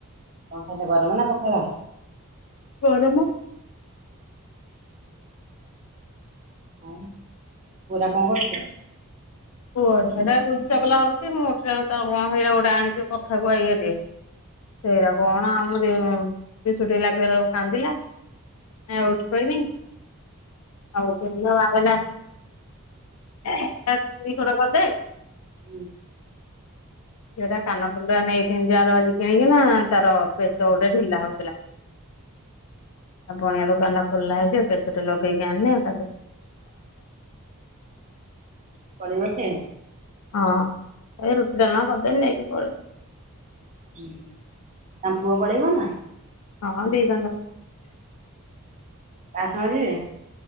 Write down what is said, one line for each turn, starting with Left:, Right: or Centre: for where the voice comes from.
Right: କଣ ଖାଇଲେ ଗରମ ନା ପଖାଳ?
Left: ଗରମ?
Right: ଆଉ <unintelligible>
Left: କୁଆଡେ ବୁଲି ଚଗଲା ହୋଉଚି ମୁଁ ଉଠିଲ <unintelligible> ସେଇଟା ଗୋଟେ ଆଣିଛିି କଥା <unintelligible> ସେଇରା କଣ ଆମ ଦେ <unintelligible> କାନ୍ଦିଲା <unintelligible> <unintelligible> <unintelligible> କରିଦେ
Right: ହୁଁ।
Left: ସେଟା କାନ ଫୁଲା ନେଇଥ ଯଆର ଆଜି କିଣିକି ନା ତାର ପେଚ ଗୋଟେ ଢିଲା ହୋଉଥିଲା। ବଣିଆ ଦୋକାନ ଖୋଲା ହେଇଚି ପେଚଟି ଲଗେଇକି ଆଣିଲେ <unintelligible>
Right: ପଳିବ କି
Left: ହଁ ଏଇ ରୁଟି ଡାଲମା କରିଦେନି ନେଇକି ପଳେଇବ।
Right: ଉୁଁ ହୁଁ ତାମ ପୁଅ ପଳେଇବ ନା।
Left: ହଁ ଦେଇଦ
Right: କା ସାଙ୍ଗେ ଯିବେ?